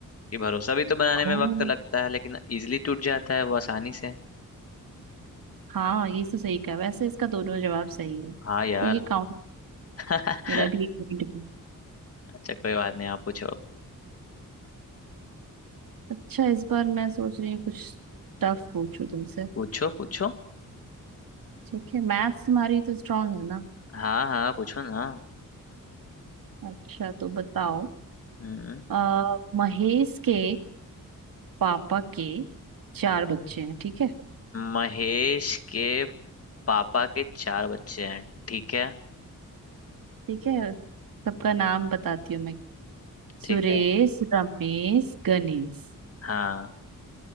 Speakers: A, on the left (about 45°); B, on the right (about 85°).
A: कि भरोसा भी तो बनाने में
B: ओह
A: वक्त लगता है लेकिन इजीली टूट जाता है वो आसानी से
B: हाँ ये तो सही कहा वैसे इसका दोनों जवाब सही है तो
A: हाँ यार
B: ये काउंट
A: <laughs>
B: मेरा भी एक पॉइंट
A: अच्छा कोई बात नहीं आप पूछो
B: अच्छा इस बार मैं सोच रही हूँ कुछ टफ पूछूं तुमसे
A: पूछो पूछो
B: ठीक है मैथ्स तुम्हारी तो स्ट्रांग है ना
A: हाँ हाँ पूछो ना
B: अच्छा तो बताओ
A: हम्म
B: आ, महेश के पापा के चार बच्चे हैं ठीक है
A: महेश के पापा के चार बच्चे हैं ठीक है
B: ठीक है सबका नाम बताती हूँ मैं
A: ठीक
B: सुरेश
A: है
B: रमेश गणेश
A: हाँ